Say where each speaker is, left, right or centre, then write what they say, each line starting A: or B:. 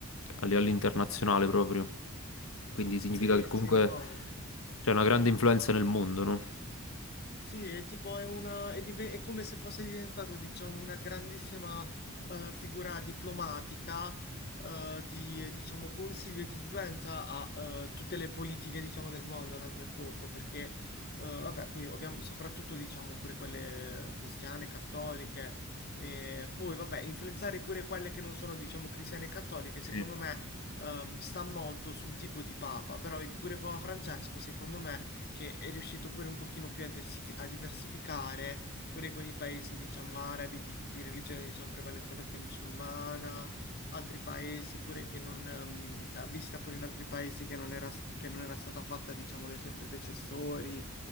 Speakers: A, on the left (about 70°); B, on the left (about 50°).
A: a livello internazionale proprio. Quindi significa
B: sì,
A: che comunque
B: sì, no.
A: c'è una grande influenza nel mondo, no?
B: Sì, è tipo è una, è, diven- è come se fosse diventato, diciamo, una grandissima eh, figura diplomatica eh, di, eh, diciamo, consiglio e di influenza a eh, tutte le politiche, diciamo, del mondo, altrettanto perché, eh, vabbè, poi ovviamente, soprattutto, diciamo, pure quelle cristiane, cattoliche, e poi, vabbè, influenzare pure quelle che non sono, diciamo, cristiane e cattoliche,
A: Sì.
B: secondo me, ehm, sta molto sul tipo di papa, però vedi, pure Papa Francesco, secondo me che è riuscito pure un pochino più a, diversifi- a diversificare, pure con i paesi, diciamo, arabi di, di religione, diciamo, prevalentemente musulmana, altri paesi pure che non, ehm, ha visita pure in altri paesi che non era, che non era stata fatta, diciamo, dai suoi predecessori.